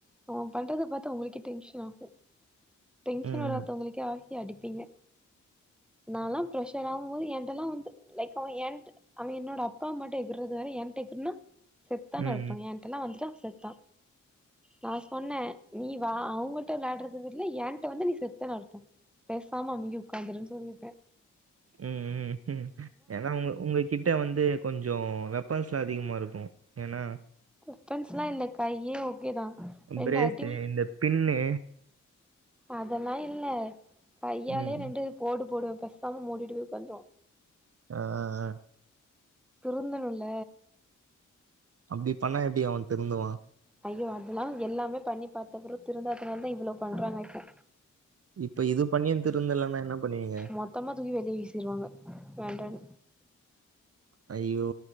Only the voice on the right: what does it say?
ம்
ம் ம்
ம் ம் ஏனா உங்க உங்க கிட்ட வந்து கொஞ்சோ வெப்பன்ஸ்லா அதிகமா இருக்கு ஏனா
ப்ரேஸ்த்து
இந்த பின்னு
ம்
அ அ அ
அப்டி பண்ணா எப்டி அவெ திருந்துவா
இப்ப இது பண்ணியு திருந்தலனா என்ன பண்ணுவீங்க
ஐயோ